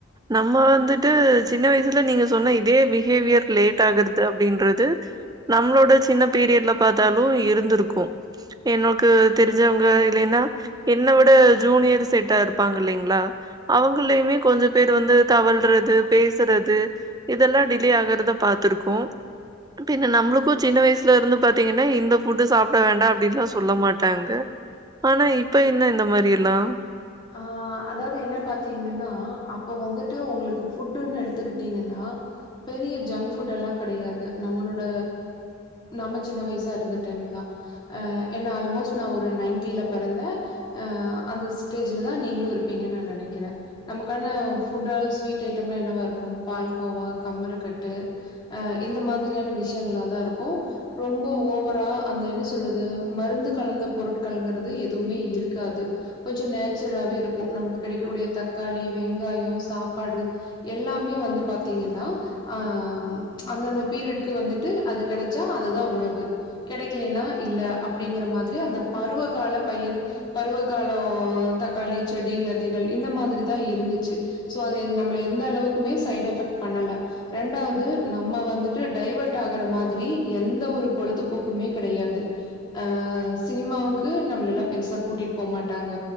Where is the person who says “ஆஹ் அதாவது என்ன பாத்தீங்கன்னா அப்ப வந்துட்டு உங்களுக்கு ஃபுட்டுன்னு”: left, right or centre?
Left